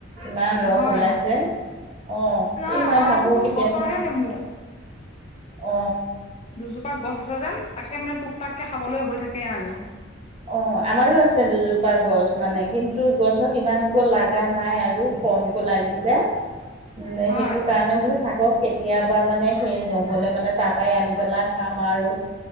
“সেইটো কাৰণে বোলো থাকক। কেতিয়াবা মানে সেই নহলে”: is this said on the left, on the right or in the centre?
Right